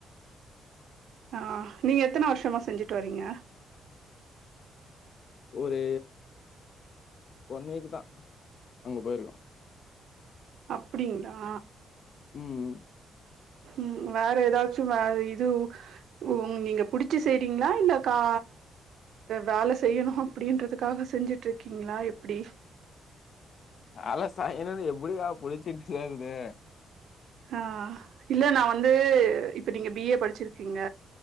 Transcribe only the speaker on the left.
ஒரு இன்னக்கித்தா அங்க போயிருக்கோ
உம்
அதல சாய்னுன்னு எப்புடியா புடிச்சுச் சேர்றது